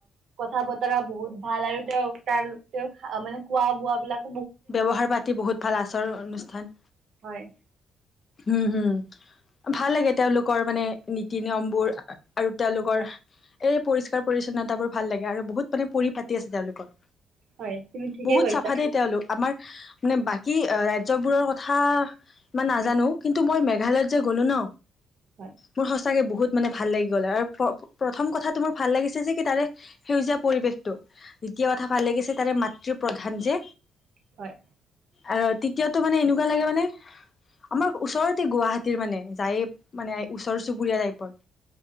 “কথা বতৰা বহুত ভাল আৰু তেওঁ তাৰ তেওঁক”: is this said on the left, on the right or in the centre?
Right